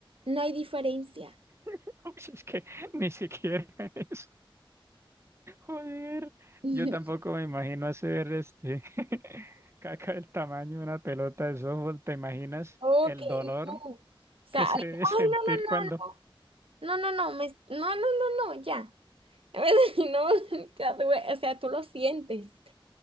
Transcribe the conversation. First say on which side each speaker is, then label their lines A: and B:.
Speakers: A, on the right; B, on the right.
A: No hay diferencia.
B: <laughs> Uy, Es que ni siquiera eso. Joder,
A: <laughs>
B: yo tampoco me imagino hacer este <laughs> caca del tamaño de una pelota de softball. ¿Te imaginas
A: Ok,
B: el dolor
A: no. O sea,
B: que se
A: ay,
B: debe <laughs> sentir
A: ay, no,
B: cuando
A: no, no, no. No, no, no, me- no, no, no, no, ya. <laughs> En vez de- <laughs> No, ya tuve- o sea, tú lo sientes.